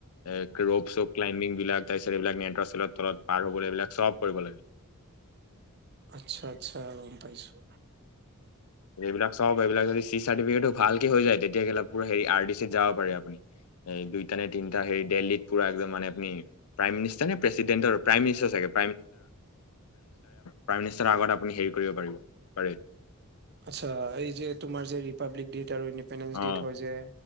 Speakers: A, on the left (about 80°); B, on the right (about 45°).
A: এ ৰপ চপ ক্লাইম্বিং বিলাক। <unintelligible> তলত পাৰ হ'বলৈ এইবিলাক চব। কৰিব লাগে
B: আচ্ছা আচ্ছা। পাইছো।
A: এইবিলাক চব এইবিলাক যদি চি চাৰটিবিকেতোঁ চাৰ্টিফিকেট ভালকে হৈ যায়। তেতিয়ালে হেৰি আৰ, দি চিত যাব পাৰে। আপুনি দুইটা নে তিনিটা হেৰি দিল্লীত পুৰা মানে আপনি প্ৰাইমিনিষ্টাৰ নে প্ৰেচিডেণ্টৰ, প্ৰাইমিনিষ্টাৰ চাগে প্ৰাইমিনিষ্টাৰ, আগত হেৰি কৰিব পাৰিব পাৰে।
B: আচ্ছা এই যে তোমাৰ যে ৰিপাব্লিক ডে আৰু ইণ্ডিপেণ্ডেন্ঞ্চ
A: অ
B: ডেট হয় যে